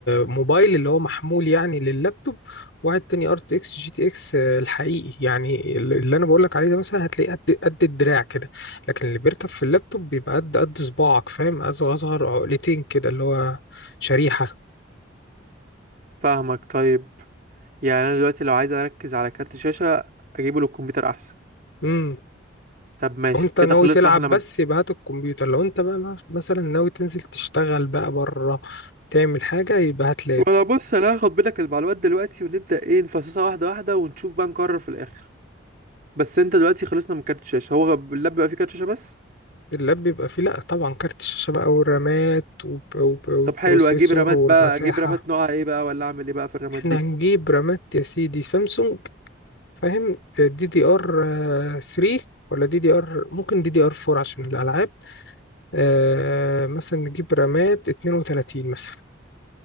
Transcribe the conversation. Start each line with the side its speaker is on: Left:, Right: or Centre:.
Left: موبايل اللي هو محمول يعني لللابتوب واحد تاني ار تي اكس جي تي اكس الحقيقي يعني ال- اللي انا بقول لك عليه ده مثلا هتلاقيه قد قد الدراع كده لكن اللي بيركب في اللابتوب بيبقى قد قد صباعك فاهم اصغر اصغر عقلتين كده اللي هو شريحة
Right: فاهمك طيب يعني انا دلوقتي لو عايز اركز على كارت شاشه اجيبه للكمبيوتر احسن
Left: امم
Right: طب ماشي
Left: وانت
Right: كده
Left: ناوي
Right: خلصنا
Left: تلعب
Right: احنا
Left: بس
Right: من
Left: يبقى هات الكمبيوتر لو انت بقى مثلا ناوي تنزل تشتغل بقى بره تعمل حاجة يبقى هات لاب
Right: وانا بص انا هاخد منك المعلومات دلوقتي ونبدأ ايه نفصصها واحدة واحدة ونشوف بقى نقرر في الاخر بس انت دلوقتي خلصنا من كارت الشاشة هو غ- اللاب بقى فيه كارت شاشة بس
Left: اللاب بيبقى فيه لأ طبعا كارت الشاشة بقى والرامات وب- وب- والبروسيسور
Right: طب حلو اجيب رامات
Left: والمساحة
Right: بقى اجيب رامات نوعها ايه بقى ولا اعمل ايه بقى في الرامات
Left: احنا
Right: دي
Left: هنجيب رامات يا سيدي سامسونج فاهم دي دي ار 3 ولا دي دي ار ممكن دي دي ار 4 عشان الألعاب آه مثلا نجيب رامات 32 مثلا